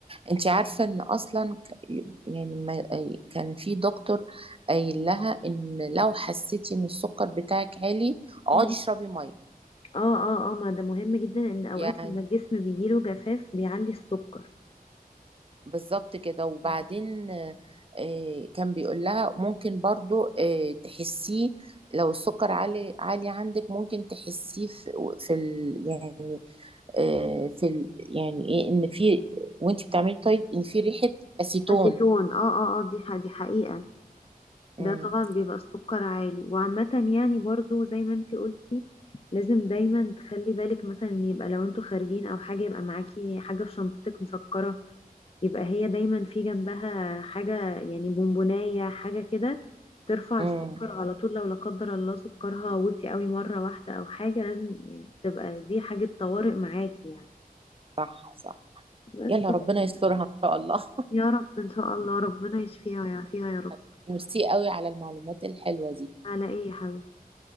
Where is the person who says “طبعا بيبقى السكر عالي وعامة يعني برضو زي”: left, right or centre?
Left